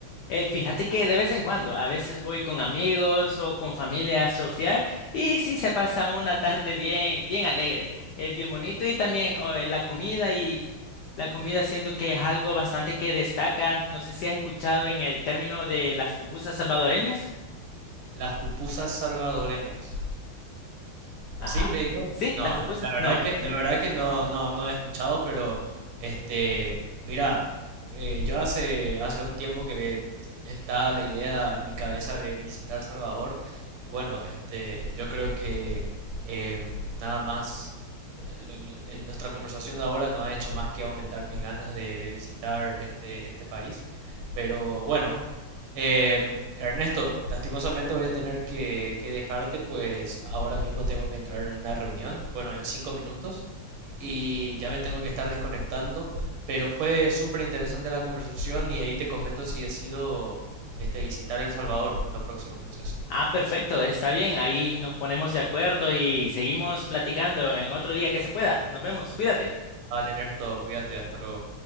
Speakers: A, on the left; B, on the right.
A: Eh, fíjate que de vez en cuando, a veces voy con amigos o con familia a surfear y sí se pasa una tarde bien, bien alegre, eh, bien bonito y también oh, eh, la comida y la comida siento que es algo bastante que destaca. No sé si has escuchado en el término de las pupusas salvadoreñas.
B: Las pupusas salvadoreñas.
A: Ajá.
B: ¿Así me dijo?
A: Sí,
B: No,
A: las pupusas.
B: la, la verdad
A: No.
B: que la verdad que no no no he escuchado, pero este, mira, eh, yo hace hace un tiempo que ve- está la idea en mi cabeza de visitar Salvador y bueno, este, yo creo que em, nada más eh, lo- lo- eh, nuestra conversación de ahora no ha hecho más que aumentar mis ganas de, de visitar este este país, pero bueno. Em, Ernesto, lastimosamente voy a tener que, que dejarte, pues ahora mismo tengo que entrar en una reunión, bueno, en cinco minutos, y ya me tengo que estar desconectando, pero fue súper interesante la conversación y ahí te comento si decido este, visitar El Salvador en los próximos meses.
A: Ah, perfecto, está bien. Ahí nos ponemos de acuerdo y seguimos platicando en otro día que se pueda. Nos vemos. Cuídate.
B: Vale, Ernesto, cuídate, hasta luego.